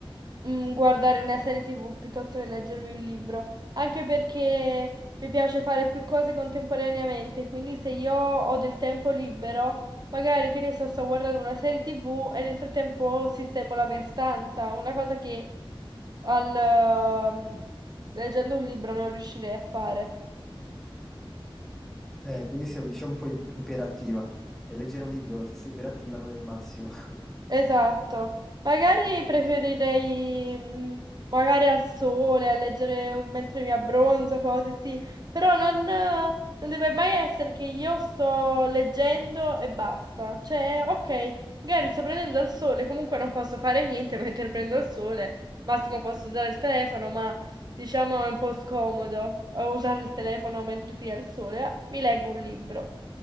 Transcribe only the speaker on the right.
mm, guardare una serie TV piuttosto che leggermi un libro, anche perché mi piace fare più cose contemporaneamente, quindi se io ho del tempo libero, magari che ne so, sto guardando una serie TV e nel frattempo sistemo la mia stanza, una cosa che al, ehm, leggendo un libro non riuscirei a fare.
Esatto, magari preferirei mm, magari al sole, a leggere un- mentre mi abbronzo, cose sì, però non, eh, non deve mai essere che io sto leggendo e basta. Cioè, ok, magari sto prendendo il sole, comunque non posso fare niente <laughs> mentre prendo il sole, massimo posso usare il telefono, ma diciamo è un po' scomodo eh, usare il telefono mentre si ha il sole, mi leggo un libro.